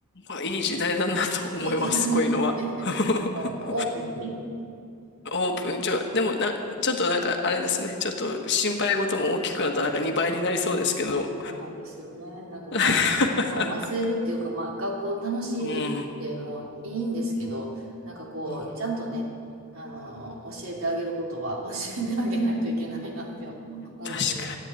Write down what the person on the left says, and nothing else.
まあいい時代だなと思います、
こういうのは。
<laughs>
オープン、ちょ、でもな、ちょっとなんかあれですね、ちょっと心配事も大きくなったらなんか2倍になりそうですけど。
<laughs>
うん、
うん
確か